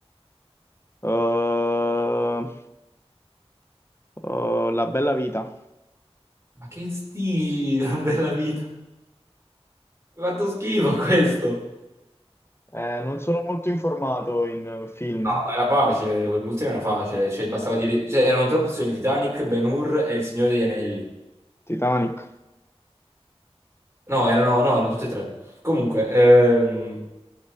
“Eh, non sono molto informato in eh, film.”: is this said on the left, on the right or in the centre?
Left